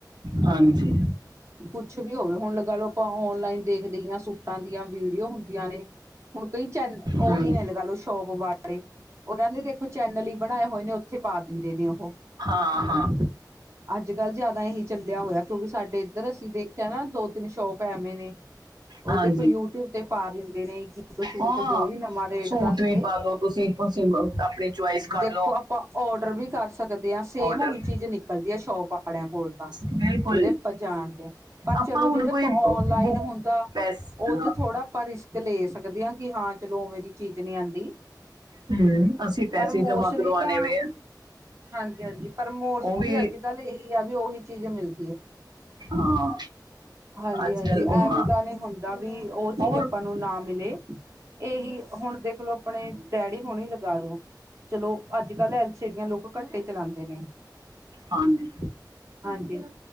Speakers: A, on the right; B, on the right.
A: ਹਾਂਜੀ।
B: ਕੁਛ ਵੀ ਹੋਵੇ ਹੁਣ ਲਗਾ ਲਓ ਆਪਾਂ ਔਨਲਾਈਨ ਦੇਖਦੇ ਹਾਂ ਸੂਟਾਂ ਦੀਆਂ ਵੀਡੀਓ ਹੁੰਦੀਆਂ ਨੇ। ਹੁਣ ਕਈ ਚ ਉਹੀ
A: ਹੂੰ
B: ਨੇ ਲਗਾ ਲੋ ਸ਼ੋਪ ਵਾਲੇ। ਉਹਨਾਂ ਨੇ ਦੇਖੋ ਚੈਨਲ ਹੀ ਬਣਾਏ ਹੋਏ ਨੇ ਉੱਥੇ ਪਾ ਦਿੰਦੇ ਨੇ ਉਹ।
A: ਹਾਂ ਹਾਂ।
B: ਅੱਜ ਕੱਲ੍ਹ ਜ਼ਿਆਦਾ ਇਹੀ ਚੱਲਿਆ ਹੋਇਆ ਕਿਉਂਕਿ ਸਾਡੇ ਇੱਧਰ ਅਸੀਂ ਦੇਖਿਆ ਨਾ ਦੋ ਤਿੰਨ ਸ਼ੋਪ ਐਵੇਂ ਨੇ ਉਹ
A: ਹਾਂਜੀ
B: ਦੇਖੋ ਯੂਟਿਊਬ ਤੇ ਪਾ ਲਿੰਦੇ ਨੇ ਕਿ ਇੱਕ ਸੂਟ
A: ਹਾਂ
B: ਜੋ ਵੀ ਨਵਾਂ ਰੇਟ
A: ਸੂਟ
B: ਦੱਸ
A: ਵੀ
B: ਕੇ।
A: ਪਾ ਦੋ ਤੁਸੀਂ ਤੁਸੀਂ ਆਪਣੀ ਚੁਆਇਸ ਕਰ
B: ਦੇਖੋ
A: ਲਓ
B: ਆਪਾਂ ਔਡਰ ਵੀ ਕਰ ਸਕਦੇ ਹਾਂ ਸੇਮ
A: ਆਰਡਰ
B: ਉਹੀ ਚੀਜ਼ ਨ ਲਦੀਆ ਸ਼ੋਪ ਵਾਲਿਆਂ ਕੋਲ ਤਾਂ
A: ਬਿਲਕੁਲ
B: ਜਿਹੜੇ ਪਾਣ ਪਰ
A: ਆਪਾਂ
B: ਚਲੋ
A: ਹੁਣ
B: ਜਿਹੜੇ
A: ਕੋਈ
B: ਔਨਲਾਈਨ
A: ਬੁੱਕ
B: ਹੁੰਦਾ
A: ਪੈਸ
B: ਉਹ
A: ਹਾਂ,
B: ਜੋ ਥੋੜਾ ਪਰ ਲੈ ਸਕਦੇ ਹਾਂ ਕਿ ਹਾਂ ਚਲੋ ਉਵੇਂ ਦੀ ਚੀਜ਼ ਨਹੀਂ ਆਉਂਦੀ।
A: ਹਮ, ਅਸੀਂ ਪੈਸੇ
B: ਪਰ ਮੋਸਲੀ
A: ਜਮ੍ਹਾਂ ਕਰਵਾਣੇ
B: ਤਾਂ
A: ਵੇ ਆ।
B: ਹਾਂਜੀ ਹਾਂਜੀ ਪਰ ਮੋਸਲੀ
A: ਉਹ ਵੀ
B: ਅੱਜ। ਗੱਲ ਇਹੀ ਆ ਵੀ ਉਹੀ ਚੀਜ਼ ਮਿਲ
A: ਹਾਂ।
B: ਹਾਂਜੀ
A: ਅੱਜ
B: ਹਾਂਜੀ
A: ਕੱਲ ਉਹ
B: ਐਵੇਂ
A: ਹਾਂ
B: ਤਾਂ ਨਹੀਂ ਹੁੰਦਾ ਵੀ ਉਹ ਚੀਜ਼
A: ਹੋਰ
B: ਆਪਾਂ ਨੂੰ ਨਾ ਮਿਲੇ। ਇਹੀ ਹੁਣ ਦੇਖਲੋ ਆਪਣੇ ਡੈਡੀ ਹੁਣੇ ਹੀ ਲਗਾ ਲੋ। ਚਲੋ ਅੱਜ ਕੱਲ੍ਹ ਐਲ ਸ਼ੇਰੀਆਂ ਲੋਕ ਘੱਟੇ ਚਲਾਉਂਦੇ ਨੇ।
A: ਹਾਂਜੀ।
B: ਹਾਂਜੀ।